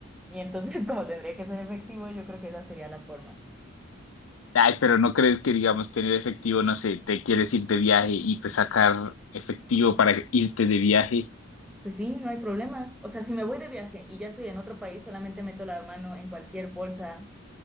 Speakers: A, in the centre; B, on the left (about 75°).
A: Y entonces, <laughs> como tendría que ser efectivo, yo creo que esa sería la forma.
B: ay, pero no crees que, digamos, tener efectivo, no sé, te quieres ir de viaje y pues sacar efectivo para irte de viaje,
A: Pues sí, no hay problema. O sea, si me voy de viaje y ya estoy en otro país, solamente meto la mano en cualquier bolsa,